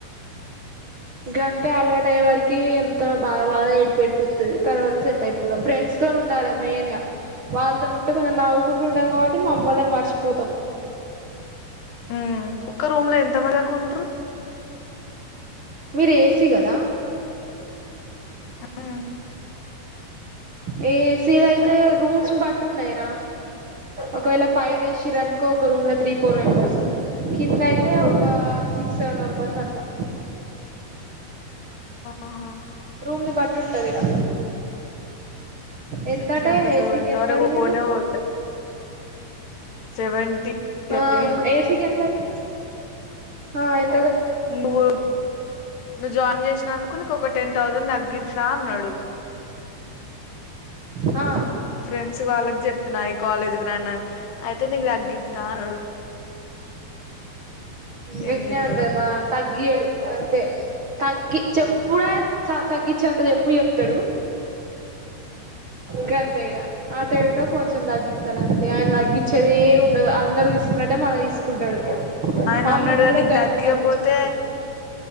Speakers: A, on the right; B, on the left.
A: గంతే అలవాటు అయ్యే వరికి ఎంత బాగా బాగా ఏడుపుఏడుపొత్తది తర్వాత సెట్ అయిపోతాం ఫ్రెండ్స్ తోనే ఉండాలి మెయిన్ గా వాళ్తోని ఉంటే కొంచెం నవ్వుకుంటూ ఉంటాం కాబట్టి మమ్మి వాళ్ళని మర్చిపోతాం.
B: ఉమ్ ఒక్క రూమ్ లో ఎంత మంది దాకుంట్రు.
A: మీరు ఏసీ కదా?
B: ఆ
A: ఏసీ అయితే రూమ్స్ బట్టి ఉన్నాయ్ రా ఒకవేళ పైన వేషిర్రు అనుకో ఒక రూమ్ లో త్రీ ఫోర్ మెంబర్స్ కింద అయితే
B: ఓ
A: ఒక సిక్స్ సెవెన్ మెంబర్స్ అట్లా
B: ఆహా
A: రూమ్ ని బట్టి ఉంటదిగా. ఎంతటా
B: ఎట్లుంటదో
A: ఏసికి
B: ఇంతవరకు
A: ఎంత అడిగిండు.
B: పోనే పోలే సెవెంటీ
A: ఆ
B: అడిగిండు
A: ఏసి కి ఎంతడి ఆ ఎం
B: నువ్వు నువ్వు జాయిన్ జేసినాను కొని ఒక టెన్ థౌసండ్ తగ్గిస్తా అన్నాడు.
A: ఆ
B: ఫ్రెండ్స్ వాళ్ళకి జెప్తున్నా ఈ కాలేజ్ కి రాండి అని అయితే నీకు తగ్గిత్తా అన్నాడు.
A: వెట్నే
B: ఏం చేత్తడో
A: అంటార్ర తగ్గీయడు అంతే. తగ్గి చెప్పుడే త తగ్గించ్చేంత చెప్పు చెప్తాడు. గంతే ఇగా అటొ యటో కొంచెం తగ్గిత్తాడు అంతే ఆయన తగ్గిచ్చేదే ఏమి ఉండదు అందరు తీసుకున్నట్టే మనకు తీసుకుంటాడు.
B: ఆయన
A: మమ్ములను
B: అన్నాడు గాని
A: కూడా
B: నీకు
A: గట్నే
B: తగ్గియపోతే
A: నమ్మిచ్చి చేశాడు.